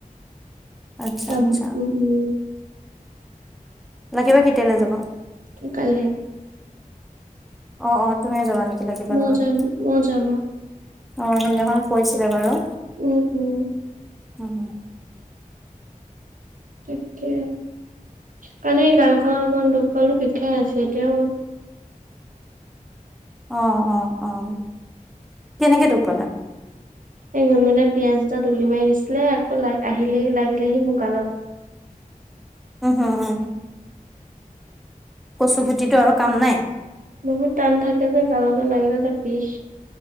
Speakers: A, in the centre; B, on the right (about 70°).
A: আচ্ছা
B: কাম,
A: আচ্ছা
B: উম, উম।
A: লাকী বা কেতিয়ালে যাব।
B: উম, কাইলে।
A: অ', অ', তুমিও যাবা নেকি লাকী বা
B: ময়ো
A: লগত।
B: যাম ময়ো যাম উম
A: অ', সেইদিনাখন কৈছিলে বাৰু।
B: উম, উম।
A: উম, হম।
B: তাকে, কালি গালখনত অকমান দুখ পালো বিষাই আছে এতিয়াও।
A: অ', অ', অ', কেনেকে দুখ পালা।
B: এই গুণগুনে পিয়াজ এটা দলি মাৰি দিছিলে, আকৌ লা আহিলেহি লাগিলেহি মোৰ গালত।
A: উম, হম, কচু গুটিটো আৰু কাম নাই।
B: বহুত টান থাকে যে, গালতে লাগিলে এতিয়া বিষ।